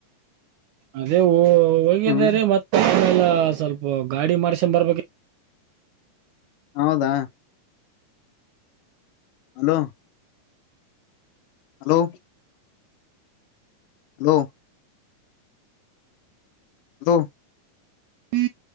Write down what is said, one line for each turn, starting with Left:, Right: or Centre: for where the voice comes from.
Right: ಅದೇ ಹೋಗಿದ್ದಾರೆ
Left: ಹ್ಮ್
Right: ಮತ್ತೆ ಲ್ಲ ಸ್ವಲ್ಪ ಗಾಡಿ ಮಾಡ್ಸಕೊಂಡ್ ಬರ್ಬೇಕ
Left: ಹೌದಾ ಹಲೋ ಹಲೋ ಹಲೋ ಅಲೋ
Right: ಹ್ಮ